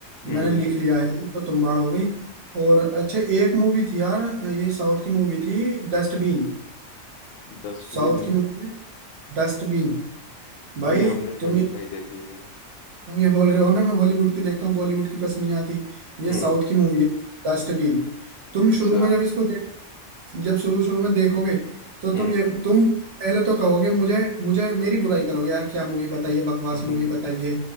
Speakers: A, on the left; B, on the right.
A: हम्म
B: मैंने
A: हम्म
B: लिख लिया है एक तो तुम्बाड़ हो गई और अच्छा एक मूवी थी यार ये साउथ की मूवी थी डस्टबिन
A: डस्टबिन
B: साउथ की मूवी डस्टबिन भाई
A: ये हमने न,
B: तुम ये
A: नहीं देखी है
B: तुम ये बोल रहे हो ना मैं हॉलीवुड की देखता हूँ बॉलीवुड की पसंद नहीं आती ये
A: हम्म
B: साउथ की मूवी है डस्टबिन तुम
A: अच्छा
B: शुरू में जब इसको जब शुरू शुरू में देखोगे तो तुम
A: हम्म
B: ये तुम पहले तो कहोगे मुझे मुझे मेरी बुराई करोगे यार क्या मूवी बताइए बकवास
A: <laughs>
B: मूवी बताइए